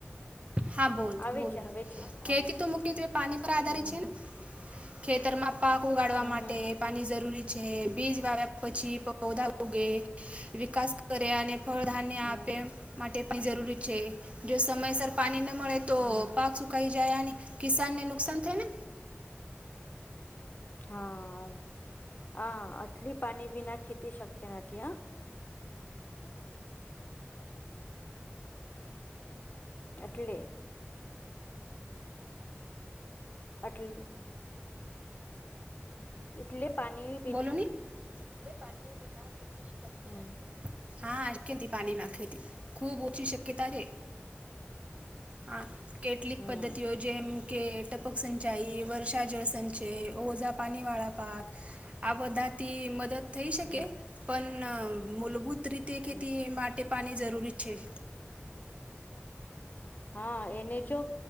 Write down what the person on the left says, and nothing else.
આવે
છે આવે છે
આવે છે
હમ
હમ
હમ
હમ
હમ હમ
હમ
હા અ આટલી પાની બીના ખેતી શક્ય નથી હ. એટલે અટલ એટલે પાની
હમ
હમ
હમ
હમ
હા એને જો